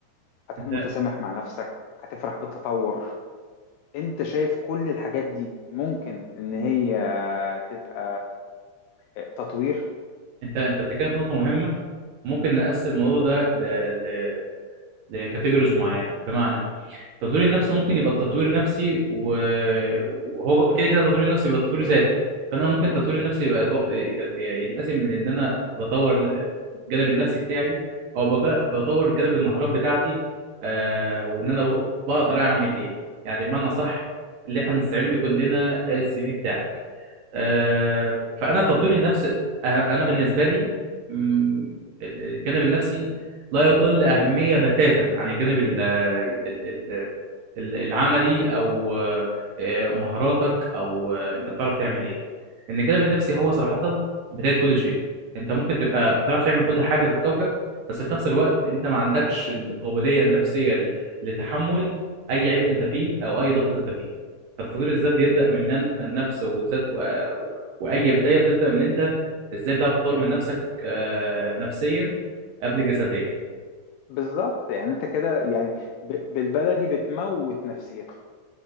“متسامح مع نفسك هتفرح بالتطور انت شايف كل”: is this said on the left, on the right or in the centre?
Left